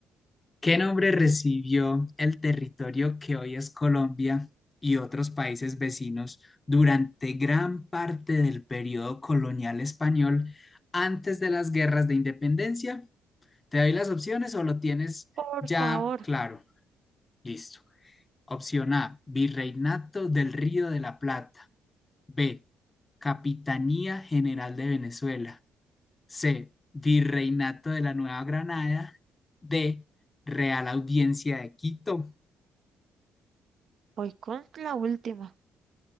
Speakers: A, on the left; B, on the right.
A: ¿qué nombre recibió el territorio que hoy es Colombia y otros países vecinos durante gran parte del periodo colonial español antes de las guerras de independencia? ¿Te doy las opciones o lo tienes
B: Por
A: ya
B: favor,
A: claro? Listo. Opción A, Virreinato del Río de la Plata. B, Capitanía General de Venezuela. C. Virreinato de la Nueva Granada. D. Real Audiencia de Quito.
B: voy con la última.